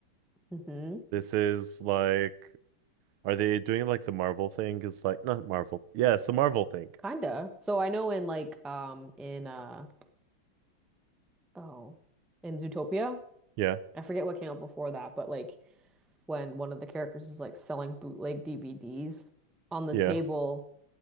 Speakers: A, in the centre; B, on the right.
A: hmm
B: This is like are they doing like the Marvel thing? It's like not Marvel. Yeah, it's the Marvel thing.
A: Kinda. So I know in like um in uh oh in Zootopia,
B: Yeah.
A: I forget what came out before that, but like when one of the characters is like selling bootleg DVDs on the
B: Yeah.
A: table